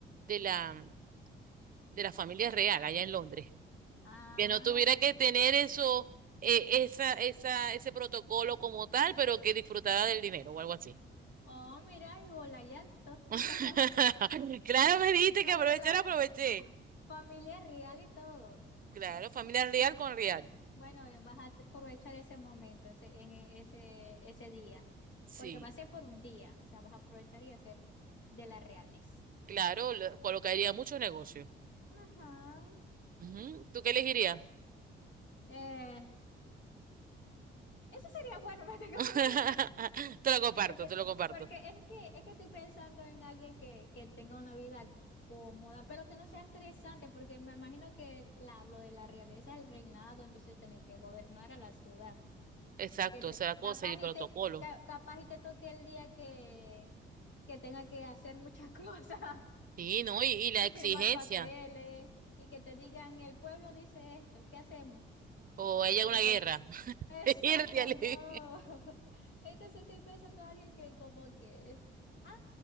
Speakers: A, on the right; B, on the left.
A: de la, de la familia real allá en Londres,
B: Ah,
A: que no tuviera que tener eso, eh, esa, esa, ese protocolo como tal, pero que disfrutara del dinero o algo así.
B: oh, mira, y bola y alto. <laughs>
A: <laughs> Claro, me dijiste
B: O
A: que aprovechar,
B: sea, la
A: aproveché.
B: familia es real y todo.
A: Claro, familia real con real.
B: Bueno, eh, vas a aprovechar ese momento, ese, en e- ese, ese día,
A: Sí,
B: porque va a ser por un día, o sea, vas a aprovechar y hacer de las reales.
A: claro, lo- colocaría mucho negocio.
B: Ajá.
A: Ujú, ¿Tú qué elegirías?
B: Este, eso sería bueno, <laughs> me tengo
A: <laughs>
B: que
A: Te lo comparto,
B: es que,
A: te lo comparto.
B: porque es que, es que estoy pensando en alguien que, que tenga una vida cómoda, pero que no sea estresante, porque me imagino que la, lo de la realeza es el reinado, entonces tener que gobernar a la ciudad.
A: Exacto,
B: Que te,
A: esa es la cosa
B: capaz
A: y el protocolo.
B: y te, ca- capaz y te toque el día que, que tenga que hacer muchas <laughs> cosas
A: Sí, ¿no? Y, y la
B: y
A: exigencia.
B: firmar papeles y que te digan, el pueblo dice esto, ¿qué hacemos?
A: O ella
B: Entonces,
A: una guerra. <laughs>
B: exacto,
A: Irte, Ale.
B: no. <laughs> Entonces estoy pensando en alguien que como que, ah,